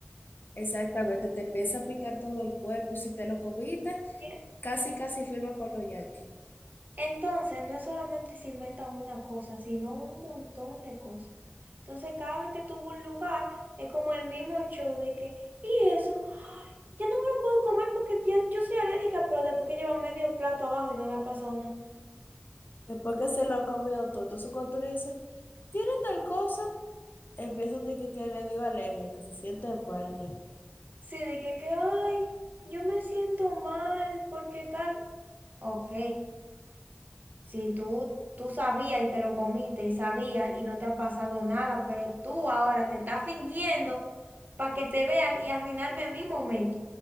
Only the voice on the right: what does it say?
Bien.
Entonces, no es solamente se inventan una cosa, sino un montón de cosas. Entonces, cada vez que tuvo un lugar, es como el mismo show de que, y eso, Ay, ya no me lo puedo comer porque ya, yo soy alérgica, pero después que lleva medio plato abajo y no le ha pasado nada.
Sí, dije que, ay, yo me siento mal, porque tal. Ok, si tú, tú sabías y te lo comiste y sabías y no te ha pasado nada, pero tú ahora te estás fingiendo para que te vean y arruinarme mi momento.